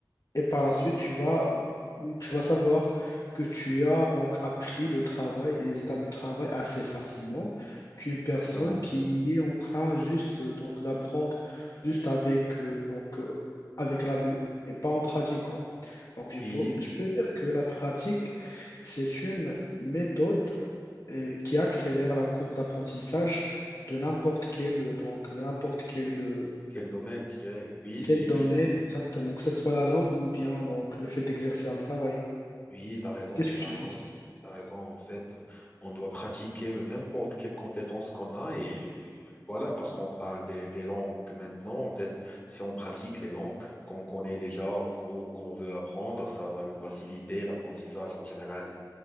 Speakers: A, on the left; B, on the left.
A: et par la suite, tu vas, tu vas savoir que tu as donc appris le travail et les étapes du travail assez facilement qu'une
B: exactement.
A: personne qui est en train juste euh, donc d'apprendre juste avec euh, donc euh, avec la vue et pas en pratiquant. Donc
B: Oui,
A: je peux,
B: oui.
A: je peux dire
B: oui.
A: que la pratique, c'est une méthode euh, qui accélère la courbe d'apprentissage de n'importe quel euh, donc de n'importe quel euh,
B: Quel domaine, je dirais. Oui,
A: quel
B: oui,
A: domaine
B: oui.
A: exactement, que ce soit la langue ou bien donc le fait d'exercer un travail.
B: Oui, t'as raison,
A: Qu'est-ce que
B: t'as
A: tu
B: raison,
A: penses?
B: t'as raison. En fait, on doit pratiquer n'importe quelle compétence qu'on a et euh, voilà, parce qu'on parle des, des langues maintenant. En fait, si on pratique les langues qu'on connaît déjà ou, ou qu'on veut apprendre, ça va nous faciliter l'apprentissage en général.